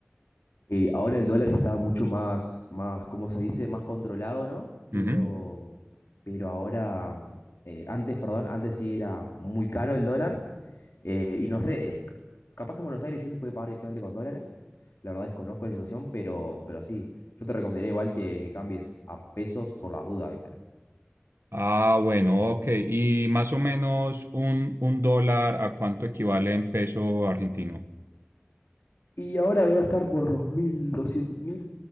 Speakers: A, on the left (about 85°); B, on the right (about 80°).
A: Eh, ahora el dólar está mucho más, más, ¿cómo se dice? Más controlado, ¿no? Pero,
B: Ujú.
A: pero ahora, eh, antes, perdón, antes sí era muy caro el dólar. eh, y no sé, Capaz que en Buenos Aires sí se puede pagar directamente con dólares. La verdad desconozco la situación, pero, pero sí, yo te recomendaría igual que, que cambies a pesos por las dudas, ¿viste?
B: Ah, bueno, ok. Y más o menos un, un dólar, ¿a cuánto equivale en peso argentino?
A: Y ahora debe estar por los mil doscientos, mil